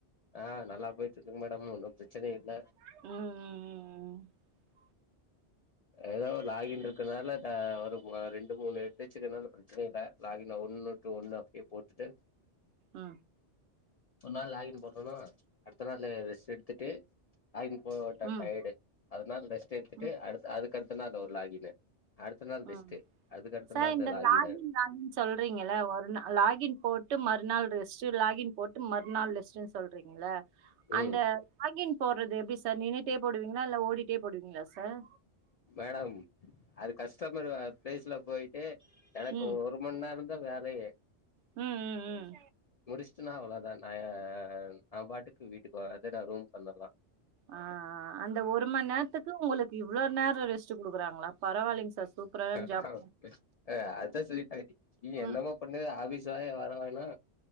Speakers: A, on the left (about 60°); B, on the right (about 85°).
A: ஆஹ் நல்லா போயிட்ருக்கு மேடம் ஒன்னும் பிரச்சன இல்ல
B: ம் ம் ம்
A: ஏதோ லாகின் இருக்கனால ஒரு ரெண்டு மூணு எடுச்சுக்கனாலு பிரச்சனை இல்லை லாகின் ஒண்ணு டு ஒண்ணு அப்டியே போட்டுட்டு
B: ஆ
A: ஒரு நாள் லாகின் போட்டாலு அடுத்த நாள் ரெஸ்ட் எடுத்துட்டு லாகின் போட்ட
B: ம் ம்
A: டயேடு அதனால ரெஸ்ட் எடுத்துட்டு
B: ம்
A: அடுத் அதுக்கடுத் <unintelligible> லாகின்னு அடுத்த நாள் ரெஸ்ட்டு
B: ம்
A: அதுக்கடுத்த
B: சார்
A: நாள்
B: இந்த
A: லாகின்னு
B: லாகின் லாகின் சொல்றீங்கள ஒரு நாள் லாகின் போட்டு மறுநாள் ரெஸ் <inaudible> லாகின் போட்டு மறுநள் லஸ்டு சொல்றீங்களா
A: ம்
B: அந்த லாகின் போடுறது எப்டி சார் நின்ட்டே போடுவீங்களா இல்ல ஓடிடே போடுவீங்களா சார்
A: மேடம் அது கஸ்டமர் பிளேஸ்ல போயிட்டு எனக்கு
B: ம்
A: ஒரு மணி நேரம் <inaudible> வேறையே
B: ம் ம் ம்
A: முடிச் <inaudible> அவ்வளதான் நா பாட்டுக்கு வீட்டுக்கு ரூம் பண்ணலாம்
B: ஆ ஆ அந்த ஒரு மணி நேரத்துக்கு உங்களுக்கு இவ்ளோ நேரோ எட் ரெஸ்ட்டுக்குறாங்களா பரவாயலங்க சார் சூப்பரான
A: <unintelligible>
B: ஜாப்
A: நீ
B: ம்
A: என்னமா பண்ணுது ஆபீஸ் <unintelligible> வரவேணா